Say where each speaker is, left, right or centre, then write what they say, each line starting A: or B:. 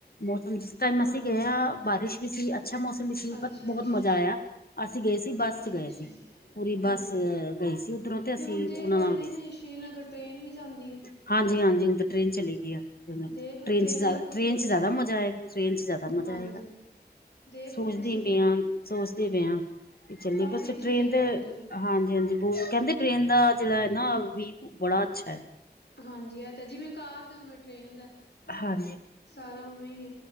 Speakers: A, on the left; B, on the left.
A: ਮੌਸਮ ਜਿਸ ਟਾਈਮ ਅਸੀ
B: ਹਾਂਜੀ
A: ਗਏ ਆ ਬਾਰਿਸ਼ ਵੀ ਸੀ ਅੱਛਾ ਮੌਸਮ ਵੀ ਸੀ
B: ਅੱਛਾ-ਅੱਛਾ,
A: ਬਟ ਬੋਹਤ ਮਜ਼ਾ ਆਇਆ। ਅਸੀ ਗਏ ਸੀ ਬੱਸ ਚ
B: ਅੱਛਾ।
A: ਗਏ ਸੀ। ਪੂਰੀ
B: ਹਾਂਜੀ,
A: ਬੱਸ ਗਈ ਸੀ ਉੱਧਰੋਂ ਅਸੀਂ
B: ਤੇ ਹੁਣ ਤੇ
A: ਉਹਨਾਂ
B: ਕਹਿੰਦੇ
A: ਨਾਲ
B: ਨੇ ਸ਼੍ਰੀਨਗਰ ਟ੍ਰੇਨ ਵੀ ਜਾਂਦੀ ਏ।
A: ਹਾਂਜੀ, ਹਾਂਜੀ-ਹਾਂਜੀ ਹੁਣ ਤਾਂ ਟ੍ਰੇਨ ਚਲੀ ਗਈ ਏ
B: ਦੇਖ ਲੋ
A: ਟ੍ਰੇਨ ਚ
B: ਦਾ ਪੁੱਛ
A: ਟ੍ਰੇਨ
B: ਲੋ
A: ਚ
B: ਤੁਸੀਂ
A: ਜਾਦਾ ਮਜ਼ਾ ਏ। ਟ੍ਰੇਨ ਚ ਜਾਦਾ ਮਜ਼ਾ
B: ਹਾਂਜੀ
A: ਆਏਗਾ
B: ਦੇਖ
A: ਸੋਚਦੀ
B: ਲੋ ਤੁਸੀਂ
A: ਪਈ ਆ, ਸੋਚਦੇ ਪਏ ਹਾਂ। ਚੱਲੀ
B: ਕਾਫ਼ੀ
A: ਬਸ
B: ਅੱਛੀ
A: ਟ੍ਰੇਨ
B: ਜਗ੍ਹਾ
A: ਤੇ
B: ਹੈ ਉੱਧਰ
A: ਹਾਂਜੀ-ਹਾਂਜੀ। ਕਹਿੰਦੇ ਟ੍ਰੇਨ ਦਾ ਜਿਹੜਾ ਹੈ ਨਾ ਵੀ ਬੜਾ ਅੱਛਾ ਹੈ।
B: ਹਾਂਜੀ ਆ ਤੇ ਜਿਵੇਂ ਕਾਰ ਦੇ ਉਵੇਂ ਟ੍ਰੇਨ ਦੇ।
A: ਹਾਂ
B: ਸਾਰਾ ਉਵੇਂ ਹੀ